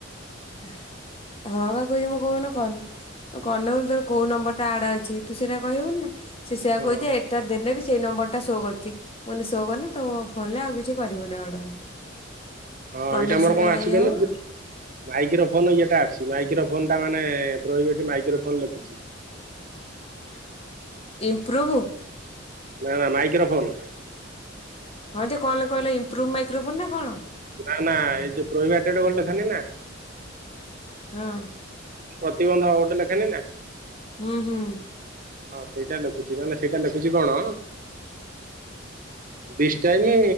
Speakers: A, on the left; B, on the right.
A: ହଁ <unintelligible> କହୁଛି ମୁଁ କହୁନ କନ୍। କନମୁଲି ତୋର କୋଉ ନମ୍ବର ଟା ଆଡ୍ ଅଛି ତୁ ସେଟା କହିବୁନି ନାଁ। ସେ ସେୟା
B: ହଁ
A: କହୁଚି ଏଟା ଦେଲେ ବି ସେଇ ନମ୍ବର ଟା ସୋ କରୁଚି ମୁଁ କହିଲି ସୋ କନେ ତୋ ଫଲେ ଆଉ କିଛି କରିବୁନି ଅର୍ଡର।
B: ହଁ
A: କଲେ
B: ଏଇଟା ଆମର
A: ସିନା
B: କଣ ଆସି
A: ଇଏ
B: ବନି
A: ହବ।
B: ମାଇକ୍ରୋ ଫୋନ୍ ଇଏଟା ଆସଛି ମାଇକ୍ରୋ ଫୋନ୍ ଟା ମାନେ ରହିବ ଏଠି ମାଇକ୍ରୋ ଫୋନ୍ ଲେଖୁଛି।
A: ଇମ୍ପୁରୁବୁ।
B: ନାଁ ନାଁ ମାଇକ୍ରୋଫୋନ୍।
A: ହଁ ଯେ କଣ କହିଲ ଇମ୍ପୁରୁବୁ ମାଇକ୍ରୋ ଫୋନ୍ ନାଁ କଣ?
B: ନାଁ ନାଁ ଏଇ ଯୋଉ ପ୍ରହିବାଟେଟେ ବଲ୍ ଦେଖେନି ନାଁ
A: ହଁ।
B: ପ୍ରତିବନ୍ଧ ଗୋଟେ ଲେଖେ ନି ନାଁ।
A: ହୁଁ ହୁଁ।
B: ହଁ ସେଇଟା ଲେଖୁଚି ମାନେ ସେଇଟା ଲେଖୁଚି କଣ। ଦିଶଟା ଟାଇମି